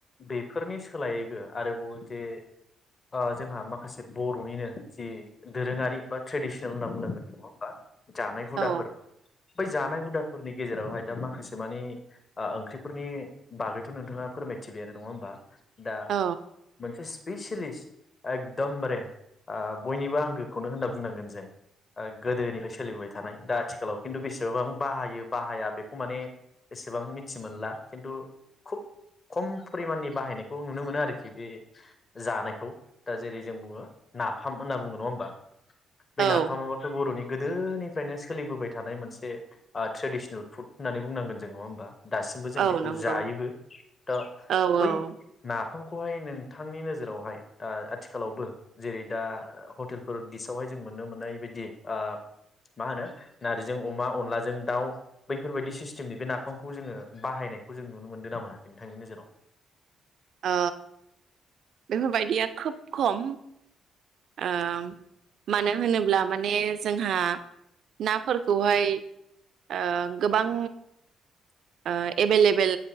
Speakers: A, on the left; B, on the right.
A: बेफोरनि सोलायैबो आरोबाव जे ओ जोंहा माखासे बरनिनो जि दोरोङारि बा ट्रेडिसनेल होनना बुंनांगोनदों नङा होमबा जानाय हुदाफोर
B: औ
A: बै जानाय हुदाफोरनि गेजेरावहाय दा माखासे मानि ओ ओंख्रिफोरनि बागैथ नोंथाङा फोरमायथिबाय आरो नङा होमबा दा
B: औ
A: मोनसे सि बैसिलिस्त एकदमबारे बयनिबो आंगोखौनो होनना बुंनांगोन जों गोदोनिफ्राय सोलिबोबाय थानाय दा आथिखालाव खिन्थु बेसेबबां बाहायो बाहाया बेखौ माने बेसेबां मिथि मोनला खिन्थु खुब खम फरिमाननि बाहायनायखौ नुनो मोनो आरोखि बे जानायखौ दा जेरै जों बुङो नाफाम होनना बुङो नङा होमबा बे
B: औ
A: नाफामाबोथ बरनि गोदोनिफ्रायनो सोलिबोबाय थानाय मोनसे ओ ट्रेडिसनेल फुड होननानै बुंनांगोन जों नङा होमबा दासिमबो जों
B: औ
A: बेखौ
B: नंगौ
A: जायोबो दा
B: औ
A: बै
B: औ
A: ना नाफामखौहाय नोंथांनि नोजोरावहाय ओ आथिखालावबो जेरै दा हटेलफोर दिसावहाय जों नुनो मोननाय बायदि ओ मा होनो नारजिजों अमा अनलाजों दाउ बैफोरबायदि सिस्टेमनि बे नाफामखौ जोङो बाहायनायखौ जों नुनो मोनदो ना मोना? नोंथांनि नोजोराव
B: औ बेफोरबायदिया खोब खम ओ मानो होनोब्ला माने जोंहा नाफोरखौहाय ओं बां ओ एभेलेबेल